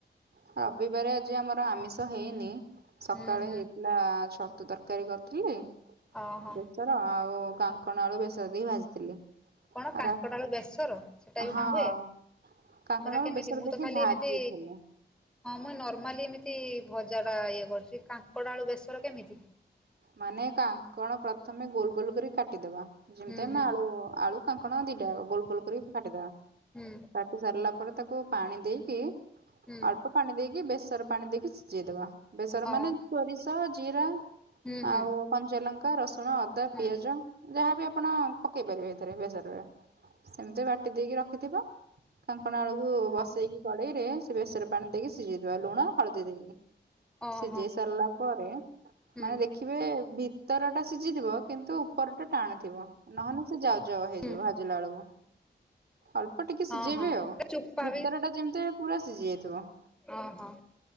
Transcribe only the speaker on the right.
ରବିବାର ଆଜି ଆମର ଆମିଷ ହେଇନି ସକାଳେ
ହେଇଥିଲା ଛତୁ ତର ତରକାରୀ କରିଥିଲି
ବେସର ଆଉ କାଙ୍କଣ ଆଳୁ ବେସର ଦେଇ ଭାଜିଥିଲି।
ରା
ହଁ
କାଙ୍କଣକୁ
ବେସର
ଦେଇକି
ଭାଜିଥିଲି।
ମାନେ କାଙ୍କଣ ପ୍ରଥମେ ଗୋଲ ଗୋଲ କରି କାଟିଦବା ଯେମିତି
ଆମେ
ଆଳୁ ଆଳୁ କାଙ୍କଣ ଦିଟା ଗୋଲ ଗୋଲ କରି କାଟିଦବା
କାଟି ସାରିଲା ପରେ ତାକୁ ପାଣି ଦେଇକି
ଅଳ୍ପ ପାଣି ଦେଇକି ବେସର ପାଣି ଦେଇକି ସିଝେଇଦବା ବେସର
ମାନେ ସୋରିଷ ଜିରା
ଆଉ କଞ୍ଚାଲଙ୍କା ରସୁଣ ଅଦା
ପିଆଜ। ଯାହାବି ଆପଣ ପକେଇ ପାରିବେ ଏଥିରେ ବେସରରେ ସେମିତି ବାଟି ଦେଇକି ରଖିଥିବ। କାଙ୍କଣ ଆଳୁକୁ
ବସେଇକି କଡେଇରେ ସେ ବେସରେ ପାଣି ଦେଇକି ସିଝେଇଦବା ଲୁଣ ହଳଦୀ ଦେଇକି।
ସିଝେଇ ସାରିଲା ପରେ
ମାନେ ଦେଖ ଦେଖିବେ ଭିତର ଟା ସିଝିଥିବ କିନ୍ତୁ ଉପର ଟା ଟାଣଥିବ। ନହେଲେ ସେ ଯାଉ ଯାଉଆ ହେଇଯିବ
ଭାଜିଲା ଳକୁ। ଅଳ୍ପ ଟିକେ
ସିଝେଇବେ
ଆଉ
ଭିତର ଟା ଯେମିତି ପୁରା ସିଝି ଯାଇଥିବ।